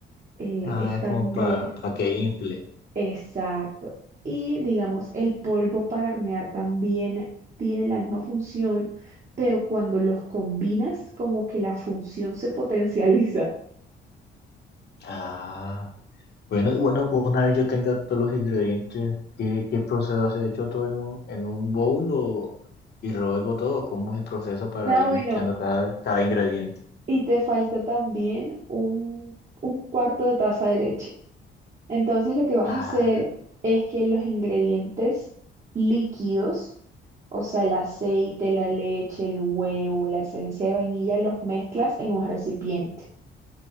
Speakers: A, on the right (about 40°); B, on the left (about 55°).
A: eh,
B: Ah,
A: es también,
B: como para que infle.
A: exacto. Y digamos, el polvo para hornear también tiene la misma función, pero cuando los combinas, como que la función se potencializa. <laughs>
B: Ah. Bueno, y bueno, una vez yo tenga todos los ingredientes, ¿qué, qué procedo a hacer? ¿Hecho todo en un, en un bowl o, y revuelvo todo? ¿Cómo es el proceso para
A: Ah,
B: ir
A: bueno,
B: mezclando cada, cada ingrediente?
A: y te falta también un, un cuarto de taza de leche. Entonces lo que vas
B: Ah,
A: a hacer es que los ingredientes líquidos, o sea, el aceite, la leche, el huevo, la esencia de vainilla, los mezclas en un recipiente.